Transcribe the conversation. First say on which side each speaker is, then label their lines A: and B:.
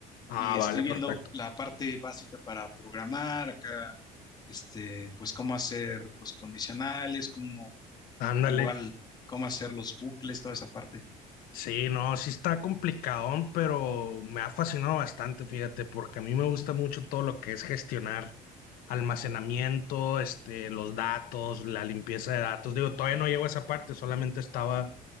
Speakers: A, on the left; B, on the left.
A: Ah,
B: y estoy
A: vale,
B: viendo
A: perfecto.
B: la parte básica para programar acá, este, pues, cómo hacer los condicionales, cómo,
A: Ándale.
B: igual, cómo hacer los bucles, toda esa parte.
A: Sí, no, sí está complicadón, pero me ha fascinado bastante, fíjate, porque a mí me gusta mucho todo lo que es gestionar almacenamiento, este, los datos, la limpieza de datos. Digo, todavía no llego a esa parte, solamente estaba